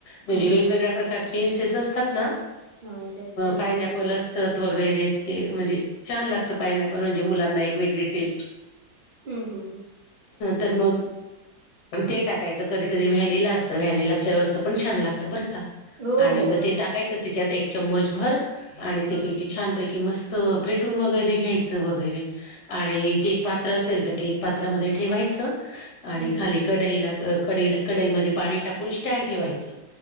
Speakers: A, on the left (about 60°); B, on the right (about 70°).
A: म्हणजे
B: हम्म
A: वेगवेगळ्या
B: हम्म हम्म
A: प्रकारचे इन्सेस असतात ना,
B: हा हम्म
A: पायनॅपल
B: हम्म
A: अस तत वगैरे ते हे म्हणजे छान लागतं, पायनॅपल. म्हणजे मुलांना एक वेगळी टेस्ट
B: हं हं हं.
A: तर मग ते टाकायचं, कधी कधी व्हॅनिला असतं, व्हॅनिला फ्लेवरचं पण छान लागत, बर का!
B: हो
A: आणि
B: हो
A: मग
B: हो
A: ते टाकायच. त्याच्यात एक चमच भर आणि
B: हम्म
A: ते छानपैकी मस्त फेटून वगैरे घ्यायचं. वगैरे. आणि केक पात्र असेल, तर केक पात्रामध्ये ठेवायचं. आणि
B: हम्म
A: खाली कडईला, क -कढईमध्ये पाणी टाकून स्टँड ठेवायचं.